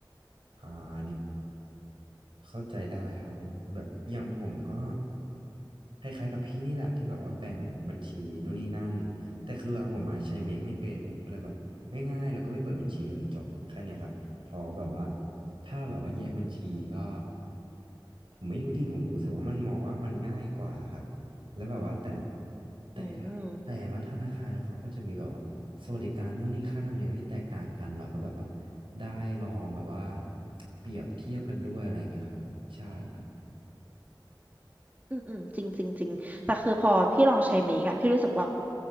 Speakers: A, on the right; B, on the right.
A: อ่าเนี่ย เข้าใจได้ครับผมแบบอย่างผมก็คล้ายๆกับพี่นี่แหละที่แบบว่าแบ่งบัญชีนู่นนี่นั่นแต่คืออะผมอะใช้เมคไม่เป็นผมก็เลยแบบง่ายๆแล้วก็ไม่เปิดบัญชีเลยจบแค่เนี้ยครับพอแบบว่าถ้าแบบว่าแยกบัญชีก็ผมไม่รู้ดิผมรู้สึกว่ามันมองว่ามันง่ายกว่าครับแล้วแบบว่าแต่ละแต่ละ
B: อืม
A: แต่ละธนาคารนะเขาก็จะมีแบบว่าสวัสดิการนู่นนี่ค่าธรรมเนียมที่แตกต่างกันเราก็แบบว่าได้ลองแบบว่าเปรียบเทียบกันด้วยอะไรเงี้ยครับผมใช่ครับ
B: อืมอืมจริงจริงจริงแต่คือพอพี่ลองใช้เมกอะพี่รู้สึกว่า